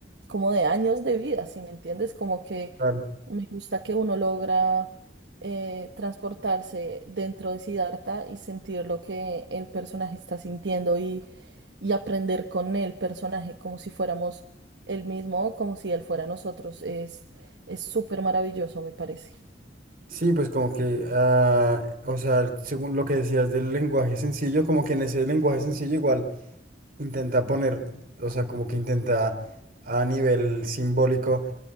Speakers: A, on the right; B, on the right.
A: como de años de vida, si me entiendes? Como que
B: claro.
A: me gusta que uno logra eh, transportarse dentro de Siddhartha y sentir lo que el personaje está sintiendo y, y aprender con el personaje como si fuéramos él mismo o como si él fuera nosotros. Es, es súper maravilloso, me parece.
B: Sí, pues como que, ah, o sea, según lo que decías del lenguaje sencillo, como que en ese lenguaje sencillo igual intenta poner, o sea, como que intenta a nivel simbólico